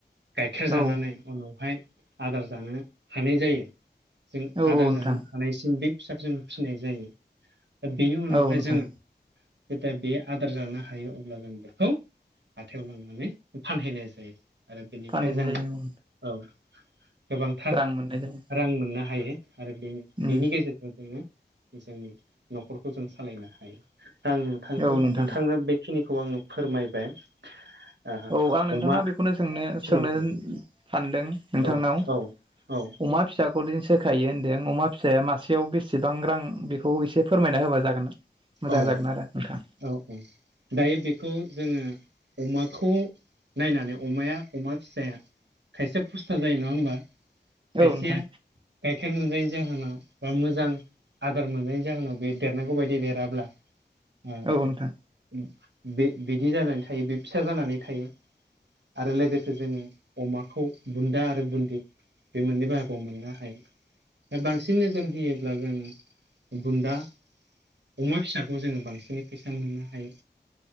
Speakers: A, on the right (about 80°); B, on the right (about 30°).
A: गाइखेर जानानै
B: औ
A: उनावहाय आदार जानो हानाय जायो जों
B: औ
A: आदार
B: औ नोंथां
A: जानो हानायसिम बे फिसाखौ जों फिसिनाय जायो दा बेनि उनावहाय
B: औ नोंथां
A: जोङो जेदि बे आदार जानो हायो अब्ला जों बेखौ हाथायाव लांनानै फानहैनाय जायो आरो बेनिफ्राय
B: फानहैनाय
A: जोङो
B: जायो औ
A: औ। गोबांथार
B: रां मोननाय जायो
A: रां मोननो हायो आरो बे
B: उम
A: बेनि गेजेरजों जों जोंनि न'खरखौ जों सालायनो हायो आं नोंथांखौ
B: औ नोंथां
A: नोंथांनो बे बेखिनिखौ आङो फोरमायबाय। ओ
B: औ आं नोंथांनाव
A: अमा
B: बेखौनो सोंनो
A: फिनायखौ
B: सोंनो सानदों नोंथांनाव।
A: औ औ औ
B: अमा फिसाखौ फरदिन सोखायो होन्दों अमा फिसाया मासेयाव बेसेबां रां बेखौ एसे फोरमायना होबा जागोन। मोजां
A: औ
B: जागोन आरो नोंथां।
A: औ औ। दायो बेखौ जोङो अमाखौ नायनानै अमाया अमा फिसाया खायसेया फुस्था जायो नङा होनबा खायसेया
B: नोंथां
A: गाइखेर मोनजायैनि जाहोनाव बा मोजां आदार मोनजयैनि जाहोनाव बे देरनांगौ बायदि देर जाब्ला उम
B: औ नोंथां
A: बे बिदि जानानै थायो बे फिसा जानानै थायो। आरो लोगोसे जोङो अमाखौ बुन्दा आरो बुन्दि बे मोननै बाहागोआव मोननो हायो। बांसिन नोजोर होयोब्ला जोङो बुन्दा अमा फिसाखौ जोङो बांसिनै फैसा मोननो हायो